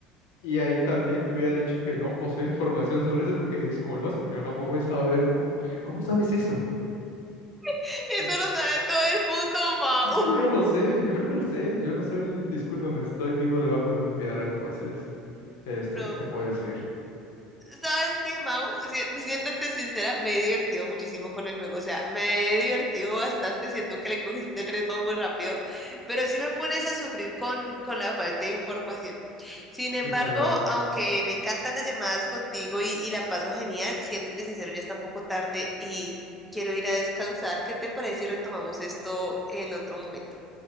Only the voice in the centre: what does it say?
<laughs> Eso
lo sabe todo el mundo, Mau.
No.
¿Sabes qué, Mau? Si- Siéndote sincera, me he divertido muchísimo con el juego, o sea, me he divertido bastante, siento que le cogiste el ritmo muy rápido, pero sí me pones a sufrir con, con la falta de información. Sin embargo,
aunque me encantan las llamadas contigo y, y la paso genial, siéndote sincero, ya está un poco tarde y quiero ir a descansar. ¿Qué te parece si retomamos esto en otro momento?